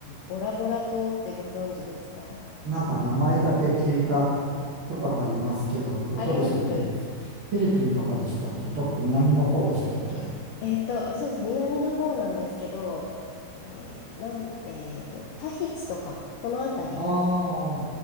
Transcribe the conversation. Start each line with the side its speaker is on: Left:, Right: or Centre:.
Left: ボラボラ島ってご存知ですか
Right: なんか名前だけ聞いたことありますけど、どこでしたっけフィリピンとかでしたっけどっか南の方でしたっけ
Left: あります。えーと、そうです。南の方なんですけど、えーなん、えーと、タヒチとか、そのあたり、
Right: ああ